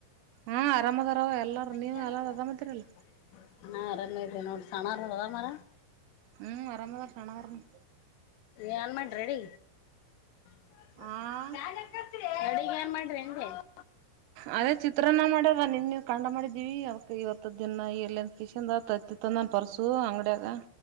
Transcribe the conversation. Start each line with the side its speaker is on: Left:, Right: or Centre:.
Right: ಹಾ ಆರಾಮದಾರವ ಎಲ್ಲಾರ
Left: <unintelligible>
Right: ನೀವು ಎಲ್ಲಾರ ಅರಾಮತಿರಲ್ಲ
Left: ನಾ ಅರೇ ನೋಟ ಸಣ ರಡದ ಮರ
Right: ಹ್ಮ್ ಆರಾಮದಾರ ಸಣ್ಣವ್ರನು
Left: ಏನ್ ಮಾಡ್ರೆಡಿ <unintelligible>
Right: ಆ ಅದೇ ಚಿತ್ರನ್ನ ಮಾಡವ ನಿನ್ ನೀ ಕಂಡ್ ಮಾಡಿದ್ದೀವಿ ಅವಕ್ ಇವತ್ತ ದಿನ ಎಲ್ಲಿ ಕಿಶಂದ ಆ ತತ್ತಿ ತಂದಂದು ಪರ್ಸು ಅಂಗಡಿಯಾಗ